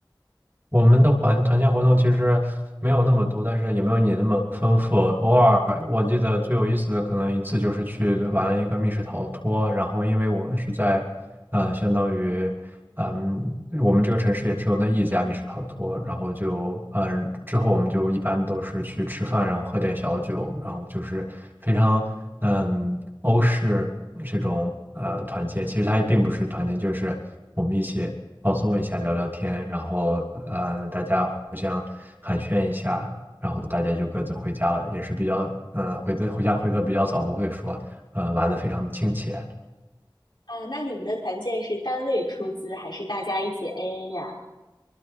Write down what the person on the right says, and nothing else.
我们的环团建活动其实没有那么多，但是也没有你那么丰富。偶尔我记得最有意思的可能一次就是去玩了一个密室逃脱，然后因为我是在呃相当于嗯，我们这个城市也只有那一家密室逃脱，然后就，呃，之后我们就一般都是去吃饭，然后喝点小酒，然后就是非常，嗯，欧式这种呃团建，其实它也并不是团建，就是我们一起放松一下，聊聊天，然后，呃，大家互相寒暄一下，然后大家就各自回家了，也是比较，呃，回的回家回的比较早，不会说，呃，玩的非常亲切。